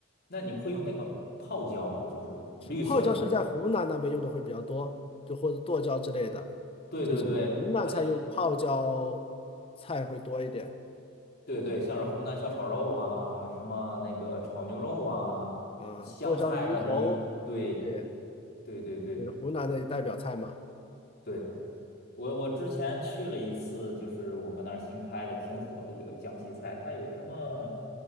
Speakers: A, on the left; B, on the left.
A: 那你们会用那个泡椒吗？就是绿色的那个。
B: 泡椒是在湖南那边用的会比较多，就或者剁椒之类的，
A: 对对对，
B: 就是湖南菜用泡椒
A: 它那
B: 菜会多一点
A: 对对，像是湖南小炒肉啊，什么那个炒牛肉啊，
B: 啊，
A: 香菜它这有，
B: 剁椒鱼头，
A: 对
B: 对，
A: 对对对
B: 就是湖南的代表菜嘛。
A: 对，我我之前去了一次，就是我们那儿新开的挺火的一个江西菜，它有什么，